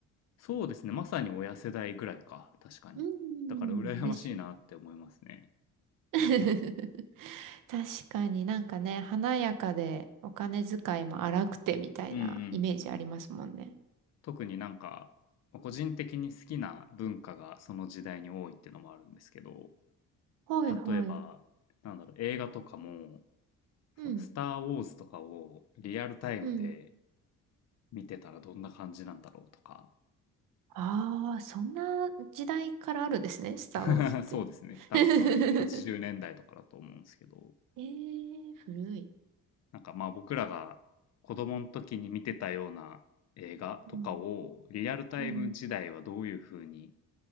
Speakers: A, on the left (about 50°); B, on the right (about 75°).
A: そうですね。まさに親世代ぐらいか。確かに。
B: うん。
A: だから羨ましいなって思いますね。
B: です。<laughs> 確かになんかね、華やかでお金遣いも荒くてみたいなイメージありますもんね。
A: うんうん。特になんか、まあ個人的に好きな文化がその時代に多いっていうのもあるんですけど、
B: はいはい。
A: 例えば、なんだろう、映画とかも、
B: うん。
A: そのスター・ウォーズとかをリアルタイムで
B: うん
A: 見てたらどんな感じなんだろうとか、
B: ああ、そんな時代からあるんですね、スター・
A: <laughs>
B: ウォーズって。
A: そうですね。多分その80年代とかだと思うんですけど、
B: <laughs> ええー古い。
A: なんかまあ僕らが子供の時に見てたような映画とかをリアルタイム時代はどういう風に
B: うん、うん、